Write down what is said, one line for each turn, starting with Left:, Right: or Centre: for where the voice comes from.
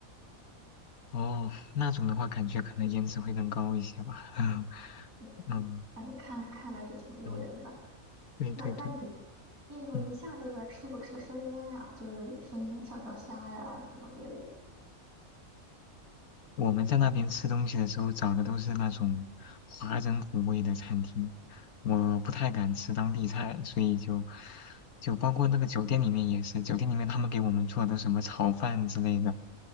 Left: 哦，那种的话，感觉可能颜值会更高一些吧。<laughs>
Right: 嗯，
Left: 嗯
Right: 反正看看着是挺诱人的。
Left: 嗯，对对对，
Right: 那那你印度尼西亚那边儿吃不吃生腌呀？
Left: 嗯。
Right: 就是生腌跳跳虾呀什么之类的。
Left: 我们在那边吃东西的时候找的都是那种华人口味的餐厅，我不太敢吃当地菜，所以就就包括那个酒店里面也是，酒店里面他们给我们做的什么炒饭之类的，